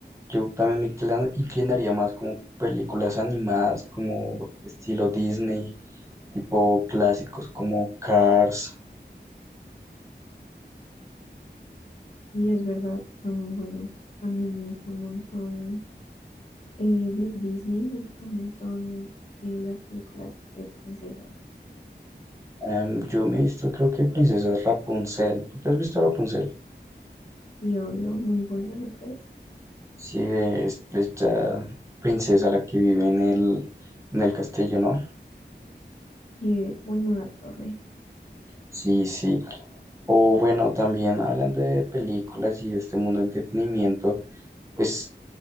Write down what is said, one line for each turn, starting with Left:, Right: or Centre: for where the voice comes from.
Right: yo también me inclina- inclinaría más como películas animadas, como estilo Disney, tipo clásicos como Cars.
Left: Y es verdad, son muy buenos. También me gusta un montón eh, de Disney, me gusta un montón eh, las películas de princesas.
Right: Em, yo me he visto, creo que Princesa Rapunzel. ¿Tú te has visto Rapunzel?
Left: Y obvio, muy buena, ¿no crees?
Right: Sí, de es- de esta princesa la que vive en el, en el castillo, ¿no?
Left: Y como en una torre.
Right: Sí, sí. O bueno, también hablando de películas y de este mundo de entretenimiento, pues